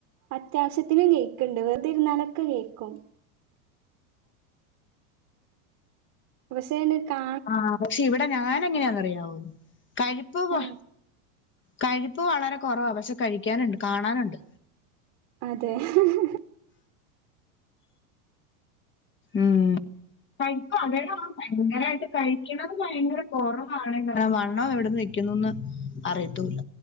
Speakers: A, on the right (about 40°); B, on the left (about 25°).
A: അത്യാവശ്യത്തിനും കെയിക്ക്ണ്ട്. വെറുതിരുന്നാലൊക്കെ കേക്കും. പഷേണ്ട് കാ
B: ആ പക്ഷെ ഇവിടെ ഞാനെങ്ങനെന്നറിയാവോ? കഴിപ്പ് ഹ്,
A: ആ
B: കഴിപ്പ് വളരെ കുറവാ. പക്ഷെ കഴിക്കാനുണ്ട് കാണാനുണ്ട്.
A: അതെ <unintelligible>
B: ഉം കൈപ, അതെടാ ഭയങ്കരായിട്ട് കഴിക്കണത ഭയങ്കര കൊറവാണ്. ആ വണ്ണം എവിടെന്ന് ക്കുന്നൊന്ന് അറിയത്തുല്ല.